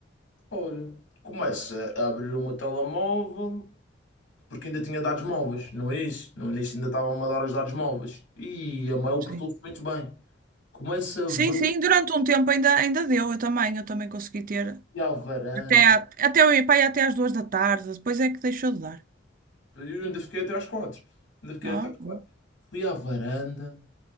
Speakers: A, on the left; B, on the right.
A: Olha, começo a abrir o meu telemóvel. porque ainda tinha dados móveis no início. No início ainda estava a dar os dados móveis. E a Mail
B: Sim.
A: portou-se muito bem. Começo a
B: Sim,
A: ver
B: sim, durante um tempo ainda, ainda deu, eu também, eu também consegui ter.
A: fui à varanda.
B: Até, à- até, o- pá, e até às duas da tarde, depois é que deixou de dar.
A: Eu ainda fiquei até às quatro. Ainda fiquei
B: Ó,
A: até às quatro.
B: boa.
A: Fui à varanda,